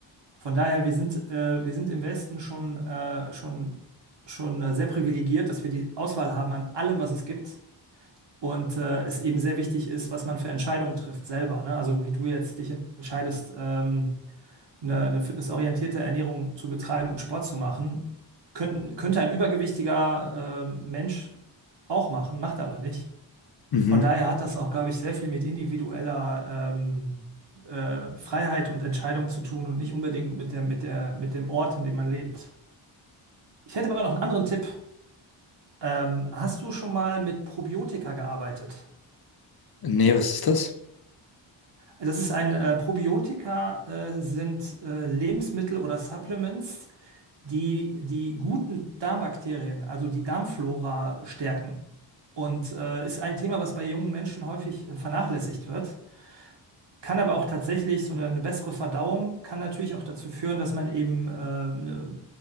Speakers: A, on the right; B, on the left.
A: Von daher, wir sind, äh, wir sind im Westen schon, äh, schon, schon äh, sehr privilegiert, dass wir die Auswahl haben an allem, was es gibt. Und äh, es eben sehr wichtig ist, was man für Entscheidungen trifft selber. Ne? Also wie du jetzt dich entscheidest, ähm, eine, eine fitnessorientierte Ernährung zu betreiben und Sport zu machen, könnten, könnte ein übergewichtiger ähm, Mensch auch machen, macht er aber nicht.
B: Mhm.
A: Von daher hat das auch, glaube ich, sehr viel mit individueller ähm, äh, Freiheit und Entscheidung zu tun und nicht unbedingt mit der, mit der, mit dem Ort, in dem man lebt. Ich hätte aber noch einen anderen Tipp. Ähm, hast du schon mal mit Probiotika gearbeitet?
B: Nee, was ist das?
A: Das ist ein äh, Probiotika, äh, sind äh, Lebensmittel oder Supplements, die die guten Darmbakterien, also die Darmflora stärken. Und äh, ist ein Thema, was bei jungen Menschen häufig äh, vernachlässigt wird. Kann aber auch tatsächlich so eine, eine bessere Verdauung kann natürlich auch dazu führen, dass man eben äh, ne-